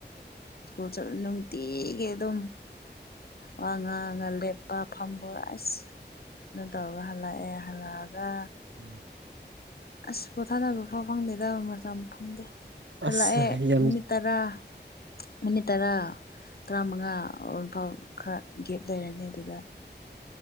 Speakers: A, on the left (about 55°); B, on the right (about 85°).
A: ꯁ꯭ꯀꯨꯜ ꯆꯠꯂꯦ ꯅꯨꯡꯇꯤꯒꯤ ꯑꯗꯨꯝ ꯋꯥ ꯉꯥꯡ ꯉꯒ ꯂꯦꯞꯄ ꯐꯝꯕꯣꯏ ꯑꯁ ꯅ ꯇꯧꯔꯒ ꯍꯜꯂꯛꯑꯦ ꯍꯜꯂꯛꯑꯒ
B: <inaudible>
A: ꯑꯁ ꯄꯣꯊꯥꯅꯕ ꯐꯥꯎ ꯐꯪꯗꯦꯗꯕ ꯃꯇꯝ ꯐꯪꯗꯦ
B: ꯑꯁ
A: ꯍꯜꯂꯛꯑꯦ
B: ꯌꯥꯝ
A: ꯃꯤꯅꯤꯠ ꯇꯔꯥ ꯃꯤꯅꯤꯠ ꯇꯔꯥ ꯇꯔꯥꯃꯉꯥꯐꯥ <unintelligible> ꯈꯔ ꯒꯦꯞ ꯂꯩꯔꯅꯤ ꯑꯗꯨꯗ